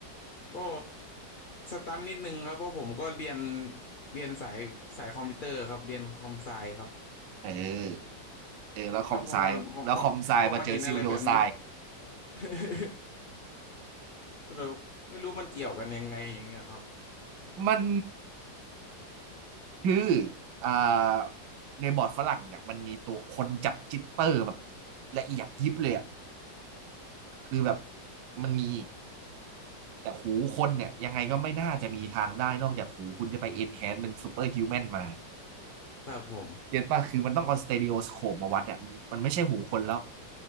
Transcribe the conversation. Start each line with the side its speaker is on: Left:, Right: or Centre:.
Left: ก็สตันนิดนึงครับเพราะผมก็เรียนเรียนสายสายคอมพิวเตอร์ครับเรียนคอมไซครับ
Right: เออเออแล้วคอมไซแล้วคอมไซมาเจอซิลโดไซ
Left: แล้วพอมามาพอพอมาเห็นอะไรแบบนี้ <laughs> ก็แบบไม่รู้มันเกี่ยวกันยังไงอย่างเงี้ยครับ
Right: มัน คืออ่าในบอร์ดฝรั่งเนี่ยมันมีตัวคนจับจิตเตอร์แบบละเอียดยิบเลยอะคือแบบมันมีแต่หูคนเนี่ยยังไงก็ไม่น่าจะมีทางได้นอกจากหูคุณจะไป enhance เป็น super human มา
Left: ครับผม
Right: เก็ตป่ะคือมันต้องเอาสเต r ร o โอสโคปมาวัดเนี่ยมันไม่ใช่หูคนแล้ว